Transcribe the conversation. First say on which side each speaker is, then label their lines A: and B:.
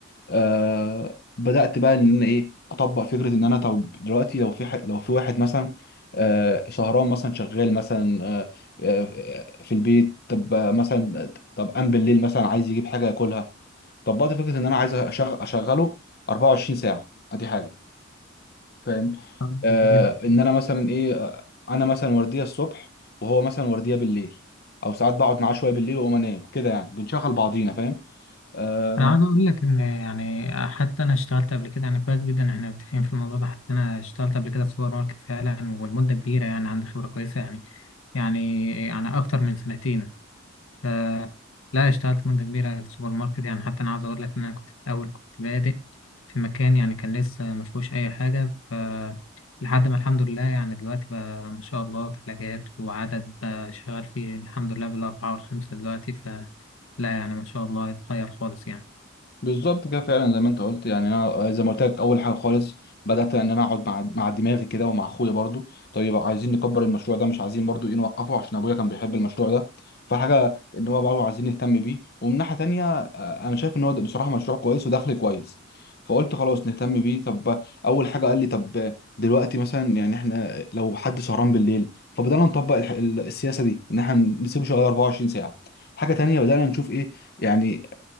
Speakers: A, on the left (about 50°); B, on the left (about 85°).
A: آه بدأت بقى ان انا ايه اطبق فكرة ان انا طب دلوقتي لو في ح... لو في واحد مثلا آه شهران مثلا شغال مثلا آه آه في البيت طب آه، مثلا طب قام بالليل مثلا عايز يجيب حاجة ياكلها طبقت فكرة ان انا عايز أشغ... اشغله 24 ساعة ادي حاجة فاهم
B: طب
A: آه
B: جميل
A: ان
B: جدا
A: انا مثلا ايه آه، انا مثلا وردية الصبح وهو مثلا وردية بالليل او ساعات بقعد معاه شوية بالليل واقوم انام كده يعني بنشغل بعضينا فاهم آه...
B: انا عاوز اقول لك ان يعني حتى انا اشتغلت قبل كده يعني كويس جدا احنا متفقين في الموضوع ده حتى انا اشتغلت قبل كده في سوبر ماركت فعلا والمدة كبيرة يعني عندي خبرة كويسة يعني يعني يعني اكتر من سنتين ف- لا اشتغلت مدة كبيرة في السوبر ماركت يعني حتى أنا عاوز أقول لك إن أنا كنت في الأول كنت بادئ في مكان يعني كان لسه ما فيهوش أي حاجة ف لحد ما الحمد لله يعني دلوقتي بقى ما شاء الله ثلاجات وعدد بقى شغال فيه الحمد لله بالأربعة والخمسة دلوقتي ف لا يعني ما شاء الله اتغير خالص يعني
A: بالظبط كده فعلا زي ما انت قلت يعني انا زي ما قلت لك اول حاجه خالص بدات ان انا اقعد مع مع دماغي كده ومع اخويا برضو طيب عايزين نكبر المشروع ده مش عايزين برضو ايه نوقفه عشان ابويا كان بيحب المشروع ده فحاجه ان هو برضو عايزين نهتم بيه ومن ناحيه تانيه آه، انا شايف ان هو ده بصراحه مشروع كويس ودخل كويس فقلت خلاص نهتم بيه طب اول حاجه قال لي طب دلوقتي مثلا يعني احنا لو حد سهران بالليل فبدانا نطبق الح- ال- السياسه دي ان احنا نسيبه شغال 24 ساعه حاجه تانيه بدانا نشوف ايه يعني